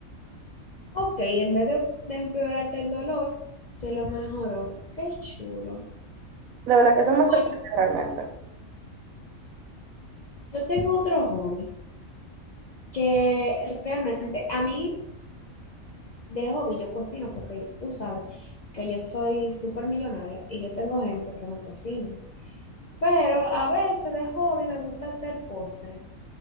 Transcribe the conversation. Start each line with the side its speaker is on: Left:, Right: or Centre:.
Left: Ok, en vez de, de empeorarte el dolor, te lo mejoró. Qué chulo.
Right: De verdad que eso me
Left: Bueno,
Right: sorprende realmente.
Left: yo tengo otro hobby que realmente a mí de hobby yo cocino porque tú sabes que yo soy súper millonaria y yo tengo gente que me cocina. Pero a veces de hobby me gusta hacer postres.